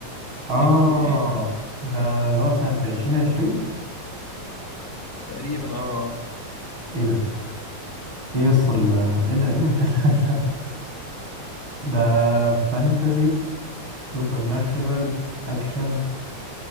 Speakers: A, on the right (about 40°); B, on the left (about 35°).
A: اه
B: في إيه
A: ده ده هو سنة 2020
B: تقريبا اه آه.
A: ايه ده ايه يسطا ال- ايه ده ايه المسلسل ده <laughs> ده فانتازي سوبر ناتشورال اكشن